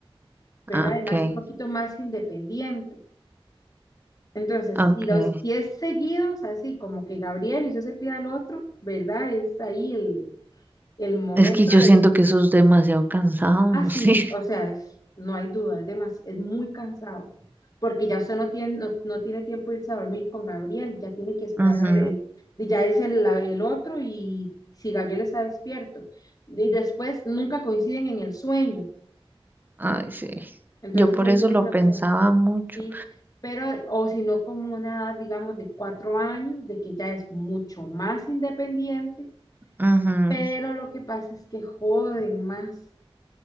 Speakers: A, on the left; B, on the right.
A: ¿verdad?
B: ah,
A: Además
B: ok,
A: un poquito más independiente. Entonces,
B: ok.
A: si los 10 seguidos, así como que Gabriel y usted se pida al otro, ¿verdad? Es ahí el, el momento
B: Es que yo siento
A: de que
B: que eso es demasiado cansado,
A: Ah,
B: no
A: sí,
B: sé.
A: o sea, es, no hay duda, es demas- es muy cansado, porque ya usted no tiene, no, no tiene tiempo de irse a dormir con Gabriel, ya tiene que esperar
B: Ujú.
A: a ver, el- y ya es el, la- el otro y si Gabriel está despierto. Y después nunca coinciden en el sueño,
B: Ay, sí.
A: entonces
B: Yo por
A: es
B: eso
A: muy
B: lo
A: cansado,
B: pensaba mucho.
A: sí, pero, o si no, como una, digamos, de cuatro años, de que ya es mucho más independiente,
B: Ujú.
A: pero lo que pasa es que joden más,